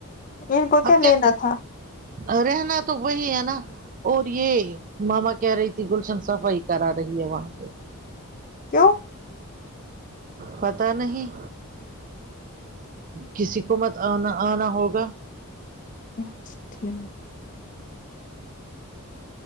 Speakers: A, on the left; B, on the right.
A: ان کو
B: اب
A: کیا لینا
B: کیا
A: تھا
B: رہنا تو وہی ہے نا اور یہ ماما کہہ رہی تھی گلشن صفائی کرا رہی ہے وہاں پہ
A: کیوں
B: پتہ نہیں کسی کو مت آنا آنا ہوگا
A: اچا ٹھیک